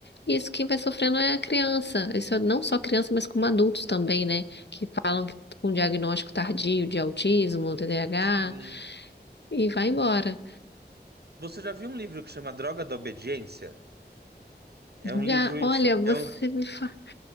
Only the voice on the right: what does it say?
Sim.
Você já viu um livro que chama Droga da Obediência? É um livro
inf...
é, um...